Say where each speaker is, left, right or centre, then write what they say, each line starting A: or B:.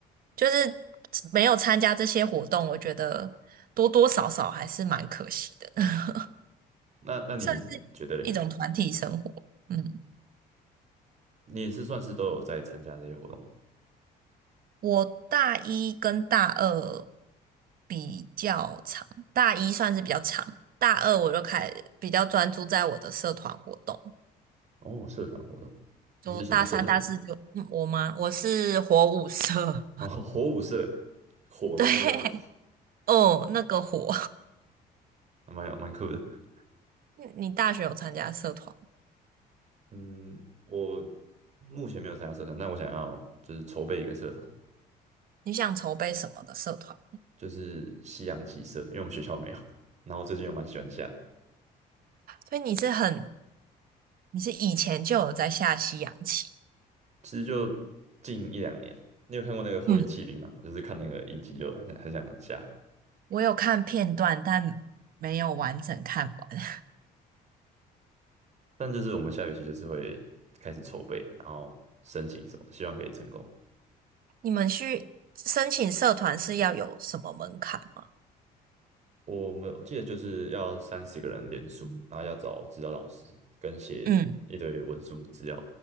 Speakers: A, on the right; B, on the right.
A: 就是没有参加这些活动，我觉得多多少少还是蛮可惜的，<laughs>
B: 那那你觉得嘞？
A: 算是一种团体生活。嗯，
B: 你也是算是都有在参加这些活动吗
A: 我大一跟大二比较长，大一算是比较长，大二我就开比较专注在我的社团活动。
B: 哦，社团活动，
A: 就大三、
B: 你是什么社团呢、
A: 大四就，嗯我吗？我是火舞社，
B: 哦，火舞社，火吗？
A: <laughs> 对，
B: 那个火
A: 哦，那个火，
B: 还蛮有蛮酷的。
A: <laughs> 你你大学有参加社团？
B: 嗯，我目前没有参加社团，但我想要就是筹备一个社团，
A: 你想筹备什么的社团？
B: 就是西洋棋社，因为我们学校没有。然后最近又蛮喜欢下的。
A: 所以你是很，你是以前就有在下西洋棋。
B: 其实就近一两年，你有看过那个《后翼弃兵》吗？
A: 嗯，
B: 我就是看那个影集就很很想下，
A: 我有看片段，但没有完整看完。
B: 但就是我们下学期就是会开始筹备，然后申请什么，希望可以成功。
A: <laughs> 你们去申请社团是要有什么门槛吗？
B: 我们我记得就是要三十个人联署，然后要找指导老师跟写一堆文书资料，
A: 嗯，